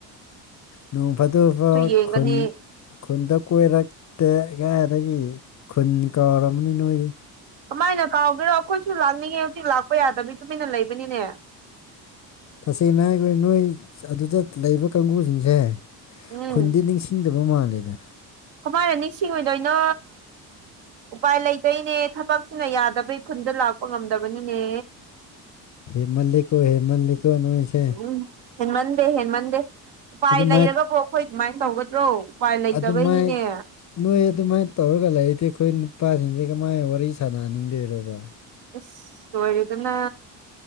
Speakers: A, on the left (about 40°); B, on the right (about 60°).
A: ꯅꯣꯡ ꯐꯥꯗꯣꯐꯥ
B: ꯌꯦꯡꯒꯅꯤ
A: ꯈꯨꯟ ꯈꯨꯟꯗ ꯀꯣꯏꯔꯛꯇꯦ ꯀꯗꯥꯏꯗꯒꯤ ꯈꯨꯟ ꯀꯥꯎꯔꯝꯃꯅꯤ ꯅꯣꯏꯗꯤ
B: ꯀꯃꯥꯏꯅ ꯀꯥꯎꯒꯦꯔꯣ ꯑꯩꯈꯣꯏꯁꯨ ꯂꯥꯛꯅꯤꯡꯉꯦ ꯍꯧꯖꯤꯛ ꯂꯥꯛꯄ ꯌꯥꯗꯕꯩ ꯇꯨꯃꯤꯟꯅ ꯂꯩꯕꯅꯤꯅꯦ
A: ꯇꯁꯦꯡꯅ ꯍꯥꯏ ꯑꯩꯈꯣꯏ ꯅꯣꯏ ꯑꯗꯨꯗ ꯂꯩꯕ ꯀꯥꯡꯒꯨꯖꯤꯡꯖꯦ
B: ꯎꯝ
A: ꯈꯨꯟꯗꯤ ꯅꯤꯡꯁꯤꯡꯗꯕ ꯃꯥꯜꯂꯦꯗ
B: ꯀꯃꯥꯏꯅ ꯅꯤꯡꯁꯤꯡꯉꯣꯏꯗꯣꯏꯅꯣ ꯎꯄꯥꯏ ꯂꯩꯇꯣꯏꯅꯦ ꯊꯕꯛ ꯁꯤꯅ ꯌꯥꯗꯕꯩ ꯈꯨꯟꯗ ꯂꯥꯛꯄ ꯉꯝꯗꯕꯅꯤꯅꯦ
A: ꯍꯦꯃꯜꯂꯦꯀꯣ ꯍꯦꯃꯜꯂꯤꯀꯣ ꯅꯣꯏꯁꯦ
B: ꯎꯝ ꯍꯦꯟꯃꯟꯗꯦ ꯍꯦꯟꯃꯟꯗꯦ ꯎꯄꯥꯏ
A: ꯑꯗꯨꯃꯥꯏ
B: ꯂꯩꯔꯒꯕꯨ ꯑꯩꯈꯣꯏ ꯑꯗꯨꯃꯥꯏꯅ ꯇꯧꯒꯗ꯭ꯔꯣ ꯎꯄꯥꯏ ꯂꯩꯇꯕꯩꯅꯤꯅꯦ
A: ꯑꯗꯨ ꯃꯥꯏ ꯅꯣꯏ ꯑꯗꯨꯃꯥꯏꯅ ꯇꯧꯔꯒ ꯂꯩꯗꯤ ꯑꯩꯈꯣꯏ ꯅꯨꯄꯥꯁꯤꯡꯁꯤ ꯀꯃꯥꯏꯅ ꯋꯥꯔꯤ ꯁꯥꯟꯅꯍꯟꯅꯤꯡꯗꯣꯏꯔꯣꯕꯥ
B: ꯑꯁ ꯂꯣꯏꯔꯦꯗꯅ